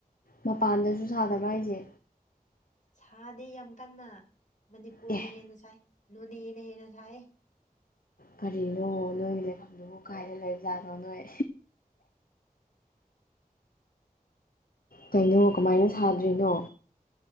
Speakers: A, on the left; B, on the left.
A: ꯃꯄꯥꯟꯗꯁꯨ ꯁꯥꯗꯕ꯭ꯔꯥ ꯍꯥꯏꯁꯦ
B: ꯁꯥꯗꯑꯦ ꯌꯥꯝ ꯀꯟꯅ ꯃꯅꯤꯄꯨꯔꯅ
A: ꯑꯦ
B: ꯍꯦꯟꯅ ꯁꯥꯏ ꯅꯣꯅꯦꯅ ꯍꯦꯟꯅ ꯁꯥꯏ
A: ꯀꯔꯤꯅꯣ ꯅꯣꯏꯒꯤ ꯂꯩꯐꯝꯗꯨꯕꯨ ꯀꯥꯏꯅ ꯂꯩꯕꯖꯥꯠꯅꯣ ꯅꯣꯏ ꯀꯩꯅꯣ ꯀꯃꯥꯏꯅ ꯁꯥꯗ꯭ꯔꯤꯅꯣ